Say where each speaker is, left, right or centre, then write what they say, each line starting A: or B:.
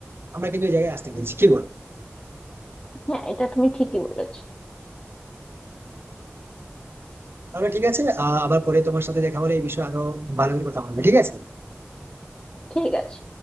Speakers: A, on the right (about 60°); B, on the left (about 20°).
A: আমরা কিন্তু এই জায়গায় আসতে পেরেছি কি বল
B: হ্যাঁ এটা তুমি ঠিকই বলেছো
A: তাহলে ঠিক আছে আহ, আবার পরে তোমার সাথে দেখা হলে এই বিষয়ে আরো ভালো করে কথা বলবে ঠিক আছে
B: ঠিক আছে